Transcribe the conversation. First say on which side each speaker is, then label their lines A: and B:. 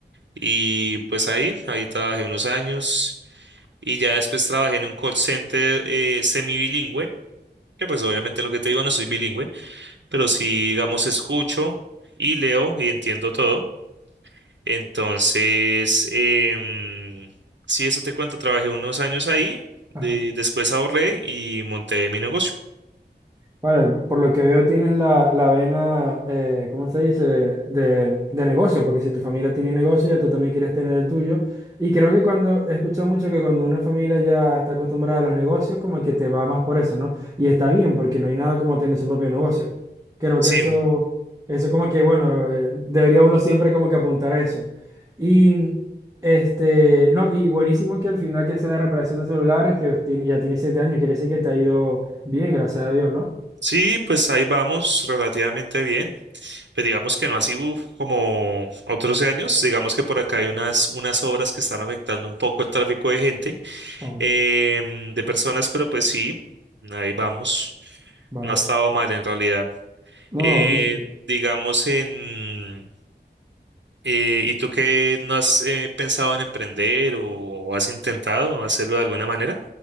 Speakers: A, on the right (about 80°); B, on the right (about 20°).
A: y pues ahí, ahí trabajé unos años, y ya después trabajé en un call center eh, semibilingüe, que pues obviamente lo que te digo no soy bilingüe, pero sí, digamos, escucho y leo y entiendo todo. Entonces, em, sí, eso te cuento, trabajé unos años ahí,
B: Ajá.
A: de- después ahorré y monté mi negocio.
B: Vale, por lo que veo tienes la, la vena, eh, ¿cómo se dice? De, de negocio, porque si tu familia tiene negocio, ya tú también quieres tener el tuyo. Y creo que cuando, he escuchado mucho que cuando una familia ya está acostumbrada a los negocios, como que te va más por eso, ¿no? Y está bien, porque no hay nada como tener su propio negocio. Creo que
A: Sí,
B: eso, eso como que, bueno, eh, debería uno siempre como que apuntar a eso. Y, este, no, y buenísimo que al final que sea de reparación de celulares, que tiene- ya tiene siete años, quiere decir que te ha ido bien, gracias a Dios, ¿no?
A: sí, pues ahí vamos relativamente bien. Pues digamos que no así uf, como otros años, digamos que por acá hay unas, unas obras que están afectando un poco el tráfico de gente,
B: Ah,
A: em, de personas, pero pues sí, ahí vamos.
B: vale.
A: No ha estado mal en realidad.
B: No,
A: Eh,
B: buenísimo.
A: digamos en... Eh, ¿y tú qué no has eh, pensado en emprender o has intentado hacerlo de alguna manera?